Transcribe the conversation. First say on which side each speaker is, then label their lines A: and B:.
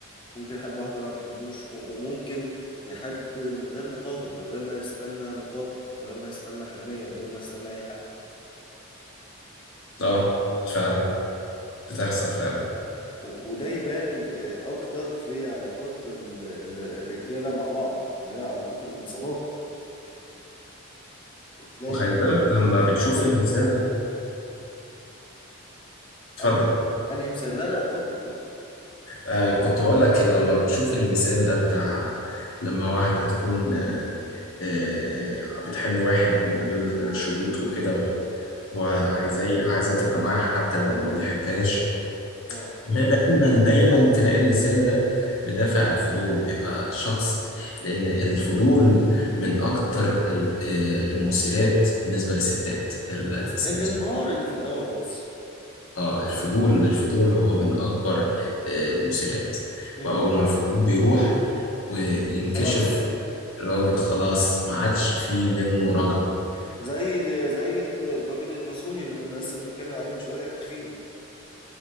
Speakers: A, on the left; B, on the left.
A: ممكن يحب واحده ما تحبوش و- وممكن يحب من غير مقابل من غير ما يستنى مقابل من غير ما يستنى حنيه من غير ما يستنى اي حاجه
B: اه فعلا بتحصل فعلا
A: و- وده يبان آه، اكتر في علاقات ال- ال- الرجاله مع بعض اللي هي علاقات الصداقه بتلاقي
B: وخلي
A: دايما
B: بالك لما
A: في
B: بتشوف
A: تضحيه
B: المثال ده اتفضل
A: انهي انهي مثال لا لا اتفضل اتفضل
B: آه كنت بقول لك لما بتشوف المثال ده بتاع لما واحدة تكون آه بتحب واحد من غير شروط وكده وعايزاه
A: اه
B: عايزاه تبقى معاه حتى لو ما بيحبهاش
A: اه
B: ده دايما دايما تلاقي المثال ده بدافع الفضول بيبقى الشخص لأن الفضول من أكتر ال- آه، المثيرات بالنسبة للستات ال- في سن
A: الانبهار
B: صغير.
A: اللي في الاول بس
B: اه الفضول الفضول هو من أكبر آه، المثيرات
A: امم
B: وأول ما الفضول بيروح وينكشف
A: خلاص بقى
B: الراجل خلاص ما عادش فيه منه
A: امم
B: رجا
A: زي زي الراجل الماسوني اللي كنا لسه بنتكلم عليه من شوية التخين